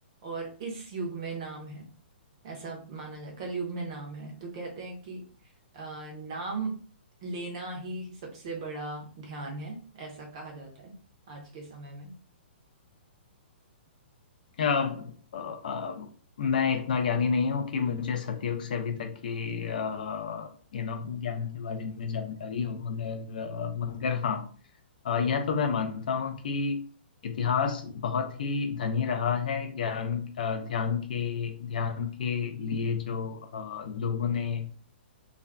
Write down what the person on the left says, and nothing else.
<laughs> अ, अ, मैं इतना ज्ञानी नहीं हूँ कि मुझे सतयुग से अभी तक की यू नो ज्ञान के बारे में जानकारी हो मगर अ, मगर हाँ अ, यह तो मैं मानता हूँ कि इतिहास बहुत ही धनी रहा है ज्ञान अ, ध्यान के ध्यान के लिए जो अ, लोगों ने